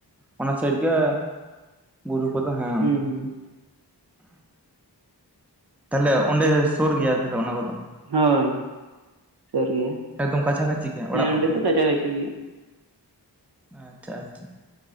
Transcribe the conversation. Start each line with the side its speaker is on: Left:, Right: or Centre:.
Centre: ᱚᱱᱟ ᱥᱟᱭᱤᱰ ᱜᱮ ᱵᱩᱨᱩ ᱠᱚᱫᱚ ᱦᱮᱸ᱾
Right: ᱦᱩᱸ ᱦᱩᱸ
Centre: ᱛᱟᱦᱞᱮ ᱚᱸᱰᱮ ᱥᱳᱨ ᱜᱮᱭᱟ ᱛᱟᱦᱞᱮ ᱚᱱᱟ ᱠᱚᱫᱚ?
Right: ᱦᱳᱭ ᱥᱳᱨ ᱜᱮᱭᱟ,
Centre: ᱮᱠᱫᱚᱢ ᱠᱟᱪᱷᱟ ᱠᱟᱪᱷᱤ ᱜᱮᱭᱟ ᱚᱲᱟᱜ
Right: ᱦᱮᱸ
Centre: ᱠᱚᱫᱚ
Right: ᱚᱸᱰᱮ ᱫᱚ ᱠᱟᱪᱷᱟ ᱠᱟᱹᱪᱷᱤ ᱜᱮᱭᱟ᱾
Centre: ᱟᱪᱪᱷᱟ ᱟᱪᱪᱷᱟ